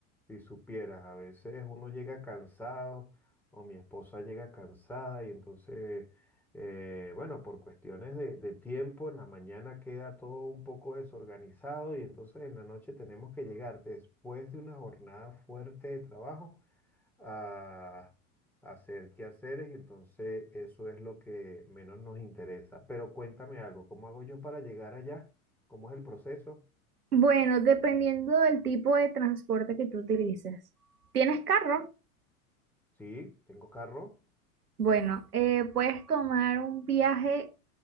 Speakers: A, in the centre; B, on the right.
A: si supieras, a veces uno llega cansado o mi esposa llega cansada y entonces, eh, bueno, por cuestiones de, de tiempo, en la mañana queda todo un poco desorganizado y entonces en la noche tenemos que llegar después de una jornada fuerte de trabajo a, a hacer quehaceres y entonces eso es lo que menos nos interesa. Pero cuéntame algo, ¿cómo hago yo para llegar allá? ¿Cómo es el proceso?
B: Bueno, dependiendo del tipo de transporte que tú utilices. ¿Tienes carro?
A: Sí, tengo carro.
B: Bueno, eh, puedes tomar un viaje